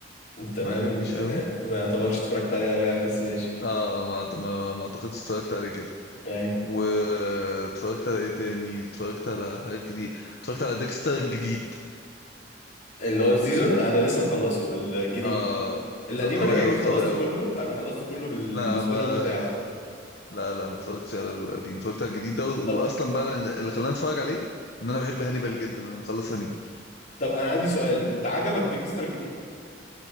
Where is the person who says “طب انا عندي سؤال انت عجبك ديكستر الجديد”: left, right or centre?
Left